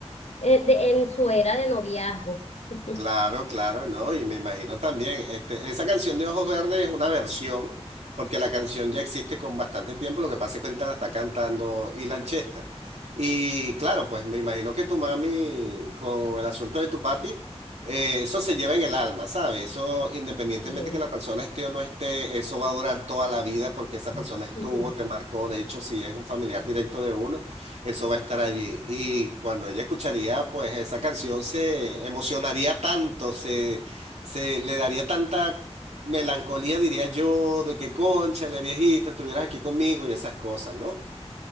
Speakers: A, on the left; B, on the right.
A: eh, de- en su era de noviazgo. <laughs>
B: Claro, claro, ¿no? Y me imagino también, este, esa canción de Ojos Verdes es una versión, porque la canción ya existe con bastante tiempo, lo que pasa es que ahorita la está cantando Ilan Chester. Y claro, pues me imagino que tu mami, con el asunto de tu papi, eh, eso se lleva en el alma, ¿sabes? Eso, independientemente
A: Sí.
B: que la persona esté o no esté, eso va a durar toda la vida porque esa
A: <laughs>
B: persona estuvo, te marcó, de hecho, si es un familiar directo de uno. Eso va a estar allí. Y cuando ella escucharía, pues esa canción se emocionaría tanto, se, se le daría tanta melancolía, diría yo, de que cónchale, viejita, estuvieras aquí conmigo y esas cosas, ¿no?